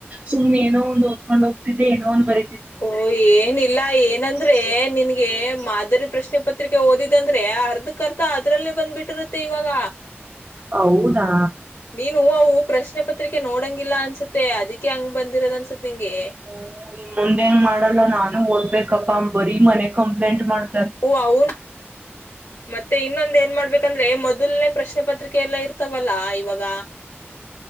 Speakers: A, on the right (about 35°); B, on the left (about 80°).
A: ಸುಮ್ ಏನೋ ಒಂದ್ ಓದ್ಕೊಂಡ ಹೋಗ್ತಿದ್ದಿದೆ ಏನೋ ಒಂದ್ ಬರೀ
B: ಓ ಏನಿಲ್ಲ ಏನಂದ್ರೆ ನಿನ್ಗೆ ಮಾದರಿ ಪ್ರಶ್ನೆ ಪತ್ರಿಕೆ ಓದಿದಂದ್ರೆ ಅರ್ಧಕ್ ಅರ್ಧ ಅದ್ರಲ್ಲೇ ಬಂದ್ಬಿಟ್ಟಿರುತ್ತೆ ಇವಾಗ.
A: ಹೌದಾ
B: ನೀನು ಅವು ಪ್ರಶ್ನೆ ಪತ್ರಿಕೆ ನೋಡಂಗಿಲ್ಲ ಅನ್ಸುತ್ತೆ ಅದಿಕ್ಕೆ ಹಂಗ್ ಬಂದಿರದ್ ಅನ್ಸುತ್ ನಿಂಗೆ
A: ಹ್ಮ್ ಇನ್ ಮುಂದ ಹಿಂಗ್ ಮಾಡಲ್ಲ ನಾನು ಓದ್ಬೇಕ್. ಕಪ್ಪ ಬರಿ ಮನೆ ಕಂಪ್ಲೆಂಟ್ ಮಾಡ್
B: ಓ ಅವ್ನ್ ಮತ್ತೆ ಇನ್ನೊಂದ್ ಏನ್ ಮಾಡ್ಬೇಕಂದ್ರೆ ಮೊದಲ್ನೇ ಪ್ರಶ್ನೆ ಪತ್ರಿಕೆ ಎಲ್ಲ ಇರ್ತಾವಲ್ಲಾ ಇವಾಗ